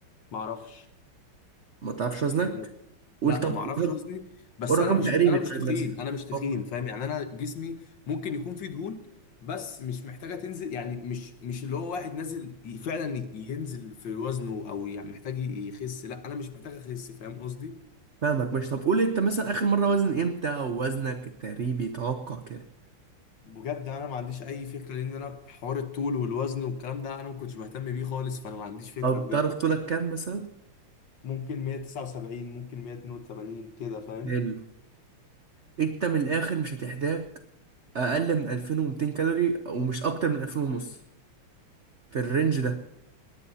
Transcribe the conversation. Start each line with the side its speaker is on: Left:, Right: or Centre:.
Left: ما اعرفش
Right: ما تعرفش وزنك
Left: بجد
Right: قول
Left: لا
Right: طب
Left: ما اعرفش
Right: قول
Left: وزني بس
Right: رقم
Left: انا مش
Right: تقريبي
Left: انا مش
Right: طيب
Left: تخين
Right: مثلا
Left: انا مش
Right: اتوقع.
Left: تخين فاهم يعني انا جسمي ممكن يكون فيه دهون بس مش محتاجه تنزل يعني مش مش اللي هو واحد نازل ي- فعلا ينزل في وزنه او يعني محتاج يخس لا انا مش محتاج اخس فاهم قصدي
Right: فاهمك ماشي طب قول انت مثلا اخر مره وزن امتى ووزنك التقريبي توقع كده
Left: بجد انا ما عنديش اي فكره لان انا حوار الطول والوزن والكلام ده انا ما كنتش بهتم بيه خالص فانا ما عنديش فكره
Right: طب
Left: بجد
Right: تعرف طولك كام مثلا
Left: ممكن 179 ممكن 182 كده فاهم
Right: حلو انت من الاخر مش هتحتاج اقل من 2200 كالوري ومش اكتر من 2000 ونص في الرينج ده